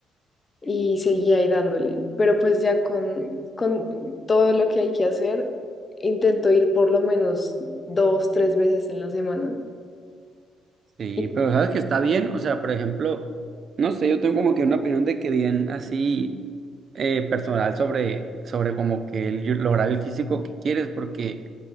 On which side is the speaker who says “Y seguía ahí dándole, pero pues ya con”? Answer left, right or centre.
Left